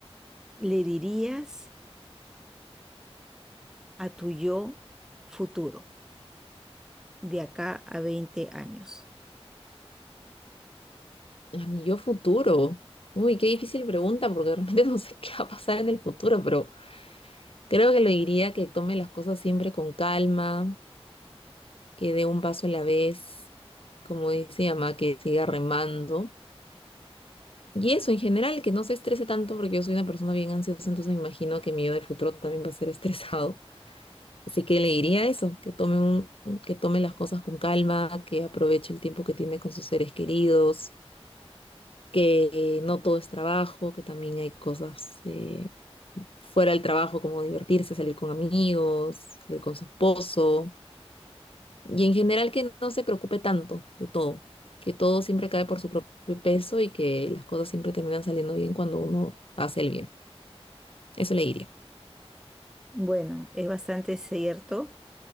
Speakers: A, in the centre; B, on the left (about 60°).
A: le dirías a tu yo futuro de acá a 20 años?
B: A mi yo futuro. Uy, qué difícil pregunta porque realmente <laughs> no sé qué va a pasar en el futuro, pero creo que le diría que tome las cosas siempre con calma, que dé un paso a la vez, como dice mi mamá, que siga remando. Y eso, en general, que no se estrese tanto, porque yo soy una persona bien ansiosa, entonces me imagino que mi yo del futuro también va a ser <laughs> estresado. Así que le diría eso, que tome un, que tome las cosas con calma, que aproveche el tiempo que tiene con sus seres queridos, que eh, no todo es trabajo, que también hay cosas eh, fuera del trabajo, como divertirse, salir con amigos, salir con su esposo Y en general que no se preocupe tanto de todo, que todo siempre cae por su propio peso y que las cosas siempre terminan saliendo bien cuando uno hace el bien. Eso le diría.
A: Bueno, es bastante cierto